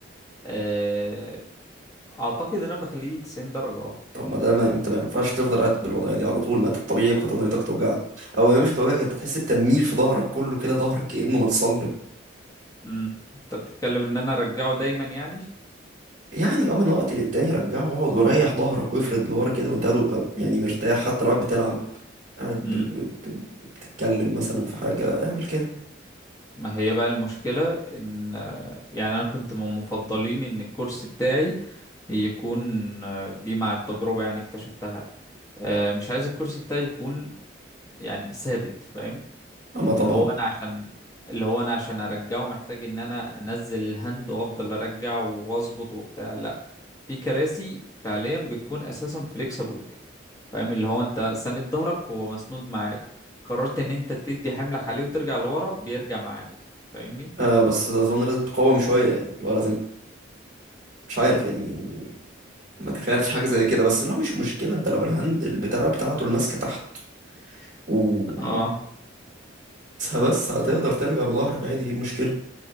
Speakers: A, on the left; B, on the right.
A: أه، اعتقد ان انا بخليه 90 درجه اه
B: طب ما ده ما انت ما ينفعش تفضل قاعد بالوضعيه دي على طول ما انت الطبيعي قطنيتك توجعك او هي مش هتوجعك انت تحس بتميل في ظهرك كله كده ظهرك كانه متصلب
A: امم انت بتتكلم ان انا ارجعه دايما يعني
B: يعني اه من وقت للتاني رجعه واقعد وريح ظهرك وافرد لورا كده وانت قاعد وابقى يعني مرتاح حتى لو قاعد بتلعب قاعد ب...
A: امم
B: ب... ب... بتتكلم مثلا في حاجه اعمل كده
A: ما هي بقى المشكله ان آه، يعني انا كنت من مفضلين ان الكرسي بتاعي يكون آه، دي مع التجربه يعني اكتشفتها أه، مش عايز الكرسي بتاعي يكون يعني ثابت فاهم
B: اما طبعا
A: اللي هو انا عشان اللي هو انا عشان ارجعه محتاج ان انا انزل الهند وافضل ارجع واظبط وبتاع لا في كراسي فعليا بتكون اساسا فليكسبل فاهم اللي هو انت ساند ظهرك هو مسنود معاك قررت ان انت تدي حملك عليه وترجع لورا بيرجع معاك فاهمني
B: آه بس اظن لازم تقاوم شويه يعني لو لازم مش عارف يعني ما تخيلتش حاجة زي كده بس لا مش مشكلة انت لو الهاندل بتاع بتاعته الماسكة تحت وهتلمسها
A: اه
B: بس هتقدر ترجع بظهرك عادي ايه المشكلة